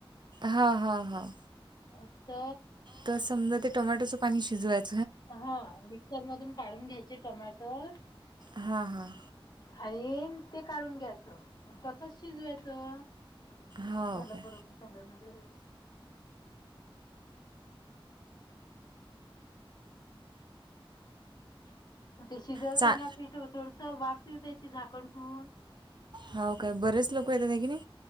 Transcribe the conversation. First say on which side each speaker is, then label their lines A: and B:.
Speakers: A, on the right; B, on the left.
A: हा, हा, हा.
B: आता
A: तर समजा ते टोमॅटोचं पाणी शिजवायच.
B: हा मिक्सर मधून काढून घ्यायचे टमाॅटर.
A: हां हां
B: आणि ते काढून घ्यायचं तसच शिजवायचं.
A: हां
B: झालं
A: ओके
B: बरोबर झालं न ते <unintelligible> ते शिजवताना
A: चा
B: पीठ थोडसं वाफी त्याची झाकण ठिवून
A: हो काय बरेच लोक येतात हायकि नई.